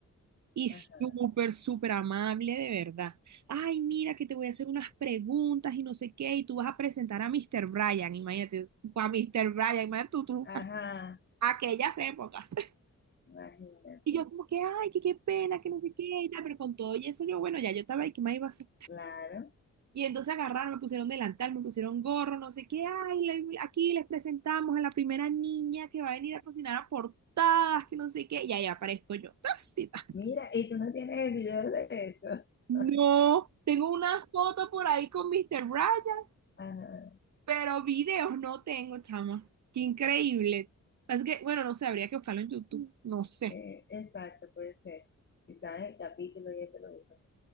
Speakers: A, on the right; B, on the left.
A: Y
B: ajá,
A: súper, súper amable, de verdad. Ay, mira que te voy a hacer unas preguntas y no sé qué, y tú vas a presentar a Mr. Bryan, imagínate, a Mr. Bryan, imagínate tú, tú,
B: ajá,
A: aquellas épocas. <laughs>
B: imagínate.
A: Y yo como que, ay, que qué pena, que no sé qué, y tal, pero con todo y eso yo, bueno, ya yo estaba ahí, ¿qué más iba a hacer?
B: Claro.
A: Y entonces agarraron, me pusieron delantal, me pusieron gorro, no sé qué, ay, le- aquí les presentamos a la primera niña que va a venir a cocinar a portadas, que no sé qué, y ahí aparezco yo. <laughs>
B: Mira, y tú no tienes el video de eso.
A: No,
B: <laughs>
A: tengo una foto por ahí con Mr. Ryan,
B: Ajá,
A: pero videos no tengo, chama. Qué increíble. Es que, bueno, no sé, habría que buscarlo en YouTube. No sé.
B: eh, exacto, puede ser. Si sabes el capítulo y eso lo buscas